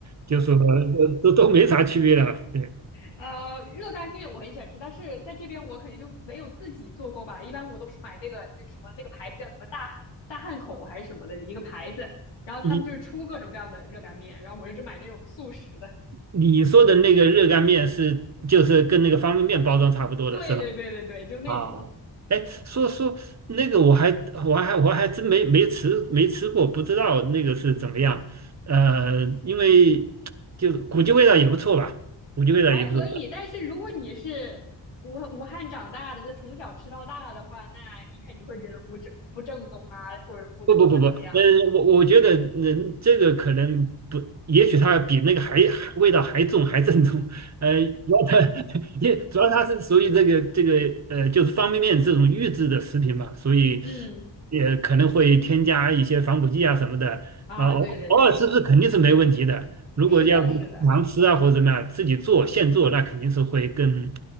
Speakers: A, on the right (about 40°); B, on the left (about 80°).
A: 就说呃都都没啥区别了。对
B: 呃，热干面我很喜欢吃，但是在这边我肯定就没有自己做过吧。一般我都是买那个就什么那个牌子叫什么大汉大汉口还是什么的一个牌子，然后他们就是出各种各样的热干面，
A: 你
B: 然后我就只买那种速食的。
A: 你说的那个热干面是就是跟那个方便面包装差不多的是吧？
B: <laughs> 对对对对对，就那种
A: 啊，哎，说说那个我还我还我还真没没吃没吃过，不知道那个是怎么样。呃，因为 <tsk> 就是估计味道也不错吧，估计味道也不错。
B: 还可以。但是如果你是武武汉长大的，这从小吃到大的话，那你肯定会觉得不正不正宗啊，或者不不那怎么样？
A: 不不不不，嗯，我我觉得人这个可能不，也许它比那个还还味道还重还正宗，呃，主要它 <laughs> 也主要它是属于这个这个呃，就是方便面这种预制的食品嘛，所以
B: 嗯
A: 也可能会添加一些防腐剂啊什么的，
B: 啊，
A: 啊、偶偶尔吃吃肯定是没问题的，
B: 对对对，
A: 如果要是经常吃啊或者怎么样，
B: 是的，是的，
A: 自己做现做，那肯定是会更